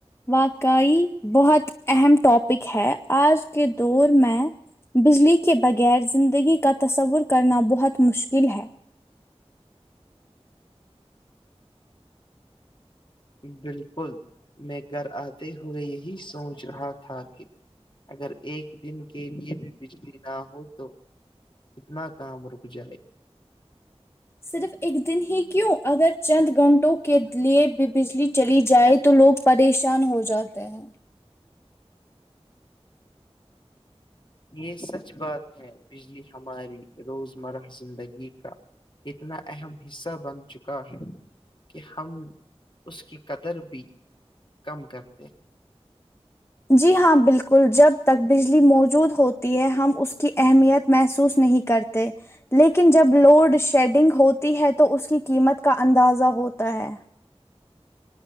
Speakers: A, on the left; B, on the left.
A: واقعی بہت اہم ٹاپک ہے آج کے دور میں بجلی کے بغیر زندگی کا تصور کرنا بہت مشکل ہے
B: بالکل میں گھر آتے ہوئے یہی سوچ رہا تھا کہ اگر ایک دن کے لیے بھی بجلی نہ ہو تو کتنا کام رک جائے
A: صرف ایک دن ہی کیوں اگر چند گھنٹوں کو کے لیے بھی بجلی چلی جائے تو لوگ پریشان ہو جاتے ہیں
B: یہ سچ بات ہے بجلی ہماری روزمرہ زندگی کا اتنا اہم حصہ بن چکا ہے کہ ہم اس کی قدر بھی کم کرتے
A: جی ہاں بالکل جب تک بجلی موجود ہوتی ہے ہم اس کی اہمیت محسوس نہیں کرتے لیکن جب لوڈ شیڈنگ ہوتی ہے تو اس کی قیمت کا اندازہ ہوتا ہے